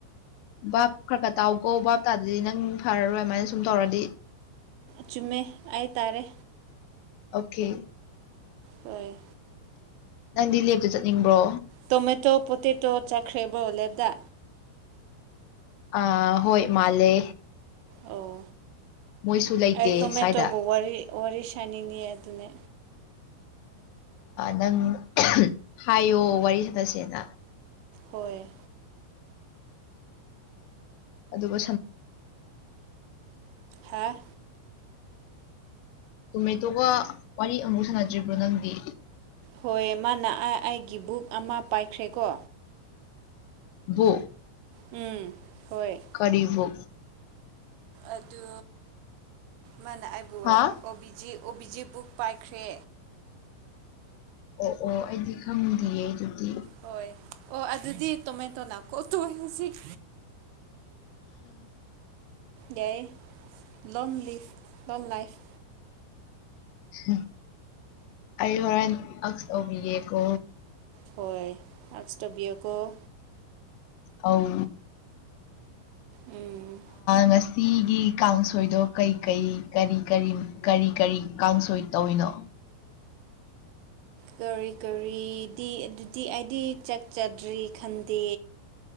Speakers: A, on the left; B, on the right.
A: ꯕꯥꯞ ꯈꯔ ꯈꯔ ꯇꯥꯎꯈꯣ ꯕꯥꯞ ꯇꯥꯗꯗꯤ ꯅꯪ ꯐꯔꯔꯣꯏ ꯑꯗꯨꯃꯥꯏꯅ ꯁꯨꯝ ꯇꯧꯔꯗꯤ
B: ꯆꯨꯝꯃꯦ ꯍꯥꯏꯇꯥꯔꯦ
A: ꯑꯣꯀꯦ
B: ꯍꯣꯏ
A: ꯅꯪꯗꯤ ꯂꯦꯞꯇ ꯆꯠꯅꯤꯡꯕ꯭ꯔꯣ
B: ꯇꯣꯃꯦꯇꯣ ꯄꯣꯇꯦꯇꯣ ꯆꯥꯈ꯭ꯔꯦꯕ꯭ꯔꯣ ꯂꯦꯞꯗꯥ
A: ꯑ ꯍꯣꯏ ꯃꯥꯂꯦ
B: ꯑꯣ
A: ꯃꯣꯏꯁꯨ ꯂꯩꯇꯦ
B: ꯑꯩ ꯇꯣꯃꯦꯇꯣꯕꯨ
A: ꯁ꯭ꯋꯥꯏꯗ
B: ꯋꯥꯔꯤ ꯁꯥꯅꯤꯡꯅꯤ ꯑꯗꯨꯅꯦ
A: ꯅꯪ ꯍꯥꯏꯌꯣ ꯋꯥꯔꯤ ꯁꯅꯁꯦꯅ
B: ꯍꯣꯏ
A: ꯑꯗꯨꯒ
B: ꯍꯥ
A: ꯇꯣꯃꯦꯇꯣꯒ ꯋꯥꯔꯤ ꯑꯃꯨꯛ ꯁꯥꯟꯅꯗ꯭ꯔꯤꯕ꯭ꯔꯣ ꯅꯪꯗꯤ
B: ꯍꯣꯏ ꯃꯥꯅ ꯑꯩꯒꯤ ꯕꯨꯛ ꯑꯃ ꯄꯥꯏꯈ꯭ꯔꯦꯀꯣ
A: ꯕꯨ
B: ꯎꯝ ꯍꯣꯏ
A: ꯀꯔꯤꯕꯨ
B: ꯑꯗꯨ ꯃꯥꯅ ꯑꯩꯕꯨ
A: ꯍꯥ
B: ꯑꯣ ꯕꯤꯖꯤ ꯕꯨꯛ ꯄꯥꯏꯈ꯭ꯔꯦ
A: ꯑꯣ ꯑꯣ ꯑꯩꯗꯤ ꯈꯪꯗꯌꯦ ꯑꯗꯨꯗꯤ
B: ꯍꯣꯏ ꯑꯣ ꯑꯗꯨꯗꯤ ꯇꯣꯃꯦꯟ ꯇꯣꯅ ꯀꯣ ꯇ ꯍꯧꯖꯤꯛ ꯌꯥꯏ ꯂꯣꯟ ꯂꯤꯐ ꯂꯣꯟ ꯂꯥꯏꯐ
A: ꯎ ꯑꯩ ꯍꯣꯔꯦꯟ ꯑꯁ ꯑꯣꯕꯤꯌꯦꯀꯣ
B: ꯍꯣꯏ ꯑꯁꯇꯧꯕꯤꯌꯣ ꯀꯧ
A: ꯑꯧ
B: ꯎꯝ
A: ꯉꯁꯤꯒꯤ ꯀꯥꯡꯁꯣꯏꯗꯣ ꯀꯩ ꯀꯩ ꯀꯔꯤ ꯀꯔꯤ ꯀꯔꯤ ꯀꯔꯤ ꯀꯥꯡꯁꯣꯏ ꯇꯧꯅꯣ
B: ꯀꯔꯤ ꯀꯔꯤꯗꯤ ꯑꯗꯨꯗꯤ ꯑꯩꯗꯤ ꯆꯠꯆꯗ꯭ꯔꯤ ꯈꯟꯗꯦ